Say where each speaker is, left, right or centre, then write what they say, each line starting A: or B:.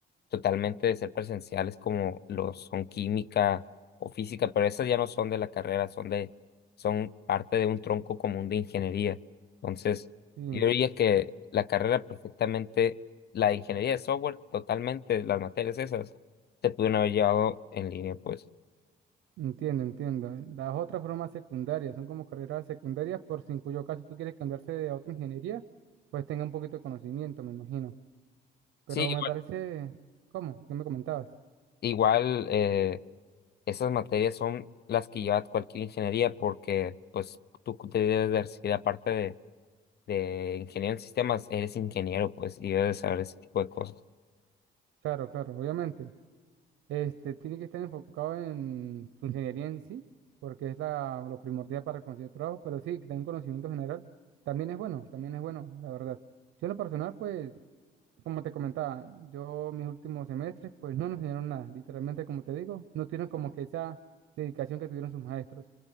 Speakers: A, on the left; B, on the right.
A: totalmente de ser presenciales como lo son química o física, pero esas ya no son de la carrera, son de, son parte de un tronco común de ingeniería. Entonces,
B: Sí,
A: yo diría que la carrera perfectamente, la de ingeniería de software, totalmente, las materias esas, se pudieron haber llevado en línea, pues.
B: entiendo, entiendo. Las otras formas secundarias son como carreras secundarias por si en cuyo caso tú quieres cambiarse a otra ingeniería, pues tenga un poquito de conocimiento, me imagino. Pero
A: Sí, igual,
B: me parece, ¿cómo? ¿Qué me comentabas?
A: igual, eh, esas materias son las que lleva cualquier ingeniería porque, pues, tú debes de recibir aparte de de ingeniero en sistemas, eres ingeniero, pues, y debes saber ese tipo de cosas.
B: Claro, claro, obviamente. Este, tiene que estar enfocado en su ingeniería en sí, porque es la, lo primordial para conseguir trabajo, pero sí, que tenga un conocimiento general también es bueno, también es bueno, la verdad. Yo en lo personal, pues, como te comentaba, yo mis últimos semestres, pues no nos enseñaron nada, literalmente, como te digo, no tuvieron como que esa dedicación que tuvieron sus maestros,